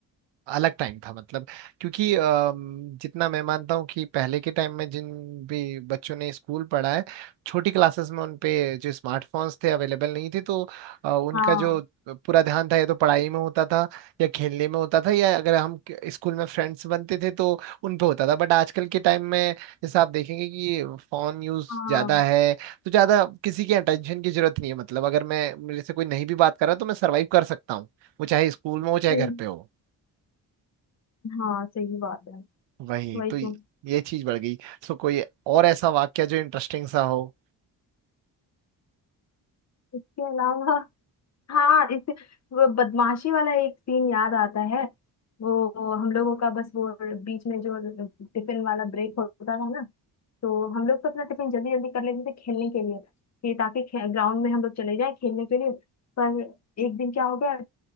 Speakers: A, on the right; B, on the left.
A: अलग टाइम था मतलब क्योंकि अम, जितना मैं मानता हूँ कि पहले के टाइम में जिन भी बच्चों ने स्कूल पढ़ा है छोटी क्लासेस में उन पे जो स्मार्टफोन्स थे अवेलेबल नहीं थे तो अ, उनका
B: हाँ
A: जो पूरा ध्यान था या तो पढ़ाई में होता था या खेलने में होता था या अगर हम क- स्कूल में फ्रेंड्स बनते थे तो उन पे होता था बट आजकल के टाइम में जैसा आप देखेंगे कि फोन यूज
B: हाँ
A: ज्यादा है तो ज्यादा किसी की अटेंशन की जरूरत नहीं है मतलब अगर मैं मेरे से कोई नहीं भी बात कर रहा तो मैं सर्वाइव कर सकता हूँ वो चाहे स्कूल में हो चाहे
B: हम्म,
A: घर पे हो
B: हाँ सही बात है
A: वही
B: वही
A: तो ये
B: तो
A: ये चीज बढ़ गई सो कोई और ऐसा वाक्य जो इंटरेस्टिंग सा हो
B: इसके अलावा <laughs> हाँ इस वो बदमाशी वाला एक सीन याद आता है वो हम लोगों का बस वो बीच में जो टिफिन वाला ब्रेक होता था ना तो हम लोग तो अपना टिफिन जल्दी जल्दी कर लेते थे खेलने के लिए कि ताकि ग्राउंड में हम लोग चले जाए खेलने के लिए पर एक दिन क्या हो गया